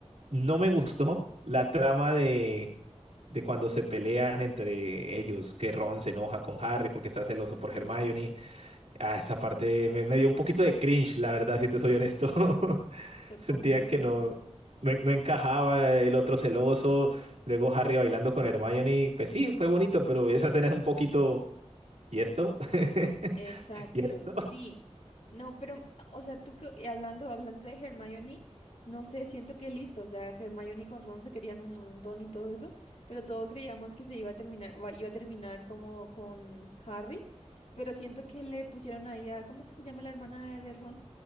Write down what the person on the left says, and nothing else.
Sí,
to-
completamente.
Exacto,
sí. No, pero, o sea, tú que- y hablando, hablando de Hermione, no sé, siento que listo, o sea, Hermione con Ron se querían un montón y todo eso, pero todos creíamos que se iba a terminar, va- iba a terminar como con Harry, pero siento que le pusieron ahí a, ¿cómo es que se llama la hermana de, de Ron?